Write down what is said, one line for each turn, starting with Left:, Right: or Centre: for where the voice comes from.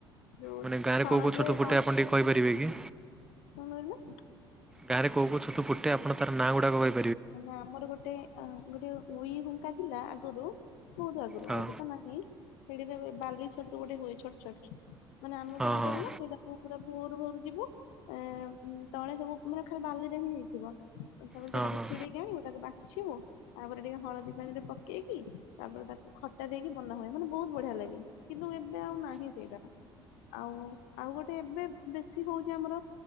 Left: ଯୋଉ
Centre: ମାନେ ଗାଁରେ
Left: ଛଣ
Centre: କୋଉ କୋଉ
Left: ଦିଆ
Centre: ଛତୁ
Left: ହେଇଥାଏ
Centre: ଫୁଟେ ଆପଣ ଟିକେ କହିପାରିବେ କି?
Left: କଣ କହିଲେ
Centre: ଗାଁରେ କହୁ କହୁ ଛତୁ ଫୁଟେ ଆପଣ ତାର ନାଁ ଗୁଡାକ କହି
Left: ମାନେ ଆମର ଗୋଟେ ଆ ଗୋଟେ ଉଇ ହୁଙ୍କା ଥିଲା ଆଗରୁ। ବହୁତ୍ ଆଗରୁ
Centre: ହଁ
Left: ଏବେ ତ ନାହିଁ ସେଠିରେ ବାଲି ଛତୁ ଗୋଟେ ହୁଏ ଛୋଟ ଛୋଟ। ମାନେ ଆମେ
Centre: ହଁ
Left: କଣ
Centre: ହଁ।
Left: କରୁନା ସେଇଟା ପୁରା ଭୋରୁ ଭୋରୁ ଯିବୁ ଅଁ ତଳେ ସବୁ ମାନେ ଖାଲି ବାଲିରେ ହିଁ ହେଇଥିବ ତାପରେ
Centre: ହଁ
Left: ସେଟାକୁ
Centre: ହଁ
Left: ଛିଡେଇକି ଆଣିବୁ ତାକୁ ବାଛିବୁ ତାପରେ ଟିକେ ହଳଦୀ ପାଣିରେ ପକେଇ କି ତାପରେ ତାକୁ ଖଟା ଦେଇକି ବନା ହୁଏ, ମାନେ ବହୁତ ବଢିଆ ଲାଗେ। କିନ୍ତୁ ଏବେ ଆଉ ନାହିଁ ସେଇଟା। ଆଉ ଆଉ ଗୋଟେ ଏବେ ବେଶୀ ହଉଚି ଆମର